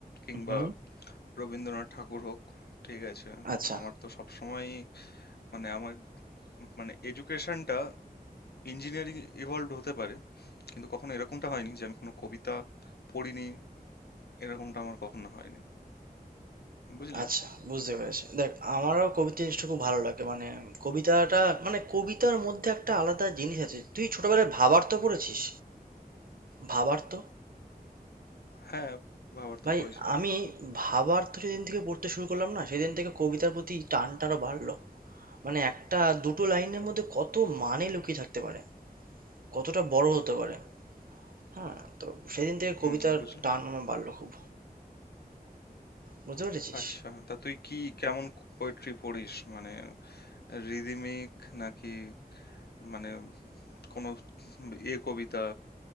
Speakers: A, on the left; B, on the right.
A: কিংবা
B: হুম
A: রবীন্দ্রনাথ ঠাকুর হোক ঠিক আছে
B: আচ্ছা
A: আমার তো সবসময় মানে আমার মানে এডুকেশনটা ইঞ্জিনিয়ারিং ইভলভ হতে পারে কিন্তু কখনো এরকমটা হয়নি যে আমি কোনো কবিতা পড়িনি এরকমটা আমার কখনো হয়নি বুঝলি
B: আচ্ছা বুঝতে পেরেছি দেখ আমারও কবিতা জিনিসটা খুব ভালো লাগে মানে কবিতাটা মানে কবিতার মধ্যে একটা আলাদা জিনিস আছে তুই ছোটবেলায় ভাবার্ত পড়েছিস ভাবার্ত
A: হ্যাঁ, ভাবার
B: ভাই
A: তো পড়েছি।
B: আমি ভাবার্ত যেদিন থেকে পড়তে শুরু করলাম না সেদিন থেকে কবিতার প্রতি টানটা আরো বাড়লো মানে একটা দুটো লাইনের মধ্যে কত মানে লুকিয়ে থাকতে পারে কতটা বড় হতে পারে হ্যাঁ তো সেদিন থেকে
A: হুম,
B: কবিতার
A: বুঝলাম।
B: টান আমার বাড়লো খুব বুঝতে পেরেছিস
A: আচ্ছা, তা তুই কি কেমন ক পোয়েট্রি পড়িস? মানে রিদমিক নাকি মানে কোনো এ কবিতা